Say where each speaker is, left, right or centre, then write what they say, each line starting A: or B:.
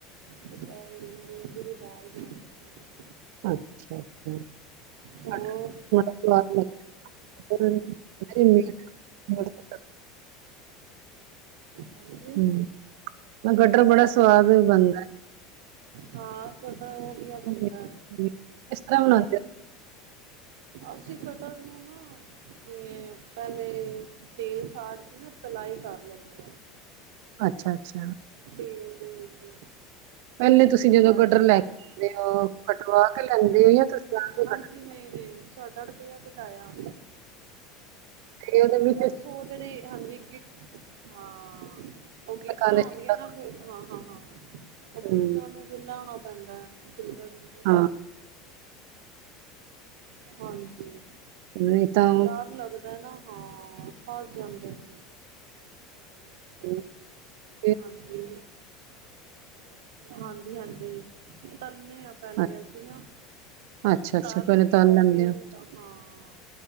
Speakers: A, on the right; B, on the right.
A: ਦੁਪਹਿਰ ਮੂੰਗੀ ਦੀ ਦਾਲ ਬਣਾਈ ਸੀ।
B: ਅੱਛਾ-ਅੱਛਾ।
A: ਹੋਰ
B: <unintelligible>
A: ਹਾਂਜੀ
B: ਹੂੰ, ਮੈ ਕਟਹਲ ਬੜਾ ਸਵਾਦ ਬੰਦਾ ਹੈ।
A: ਹਾਂ ਕਟਹਲ ਵਧੀਆ
B: ਹੈ।
A: ਬੰਦਾ।
B: ਕਿਸ ਤਰ੍ਹਾਂ ਬਣਾਦੇ ਹੋ?
A: ਅਸੀ ਕਟਰਹਲ ਨੂੰ ਨਾ ਜਿਵੇਂ ਪਹਿਲੇ ਤੇਲ ਸਾੜ ਕੇ ਨਾ ਤਲਾਈ ਕਰ ਲੈਂਦੇ ਹਾ।
B: ਅੱਛਾ-ਅੱਛਾ।
A: ਤੇਲ ਦੇ ਵਿੱਚ
B: ਪਹਿਲੇ ਤੁਸੀਂ
A: ਉਹ
B: ਜਦੋਂ
A: ਕਰਕੇ
B: ਕਟਹਲ ਲੈਕੇ ਤੇ ਉਹ ਕਟਵਾ ਕੇ ਲੈਂਦੇ ਹੋ ਜਾਂ ਤੁਸੀਂ ਆਪ ਹੀ
A: ਹਾਂਜੀ
B: ਕੱਟਦੇ ਹੋ?
A: ਨਹੀਂ ਨਹੀਂ ਸਾਡਾ ਕਟਿਆ- ਕਟਾਇਆ ਆਂਦਾ।
B: ਤੇ ਉਹਦੇ ਵਿਚ
A: ਬਸ ਉਹ ਜਿਹੜੇ ਹਾਂਜੀ ਗਿ ਹਾਂ। ਉਹ ਗਿੱਟਕਾਂ
B: ਟਿਕਾਣੇ
A: ਆਉਂਦੀਆਂ
B: ਸਿੱਧਾ
A: ਨਾ ਫੇਰ ਹਾਂ-ਹਾਂ-ਹਾਂ, ਉਹ ਗਿਟਕਾਂ
B: ਹੂੰ,
A: ਨੂੰ ਫੇਰ ਲਣਾ ਪੈਂਦਾ ਹੈ। ਠੀਕ ਆਜੀ।
B: ਹਾਂ।
A: ਹਾਂਜੀ,
B: ਨਹੀਂ ਤਾਂ
A: ਡਰ ਲੱਗਦਾ ਨਾ ਹਾਂ ਫਸ ਜਾਂਦੇ ਨੇ।
B: ਹੋਰ।
A: ਹਾਂਜੀ। ਹਾਂਜੀ-ਹਾਂਜੀ, ਤੱਲੇਨੇ ਹਾ ਪਹਿਲੇ
B: ਅ
A: ਅਸੀਂ ਨਾ।
B: ਅੱਛਾ-ਅੱਛਾ
A: ਤਲ
B: ਪਹਿਲੇ
A: ਕੇ ਤੇ
B: ਲੈਂਦੇ
A: ਫੇਰ
B: ਹੋ
A: ਹੁੰਦਾ ਹਾਂ